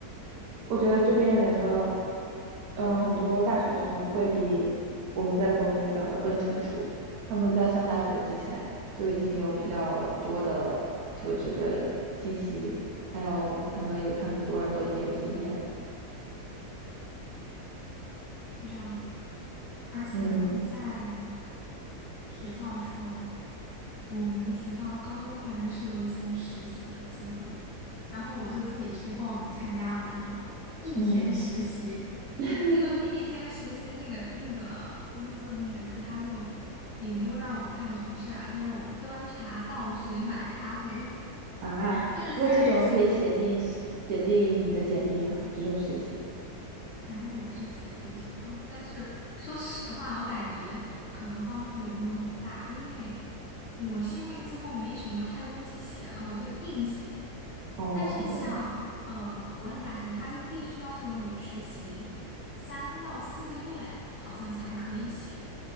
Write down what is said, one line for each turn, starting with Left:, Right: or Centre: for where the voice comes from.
Right: 我觉得这边人的，嗯，很多大学生会比我们在国内遇到的更成熟。他们在上大学之前就已经有比较多的求职的信息，还有他们有很多人都已经有经验了
Left: 是这样的。而且在
Right: 嗯
Left: 学校的时候，我们学校高中反正是有一些实习的机会，然后我就自己去报名参加了那种一天实习，
Right: 嗯
Left: <laughs>
Right: <laughs>
Left: 结果那一天实习那个那个公司的那个人他就也没有让我干什么事儿啊，就让我端茶倒水买咖啡，
Right: 啊，
Left: <laughs> 就是三件事，
Right: 那这种可以写进写进你的简历吗？这种事情。
Left: 反正我是写进去了，但是说实话，我感觉可能帮助也没有那么大，因为我是因为最后没什么太多东西写了，我就硬写。
Right: 哦，
Left: 但是像呃国领大学，
Right: 这样，
Left: 它就必须要求你实习三到四个月，好像才可以写。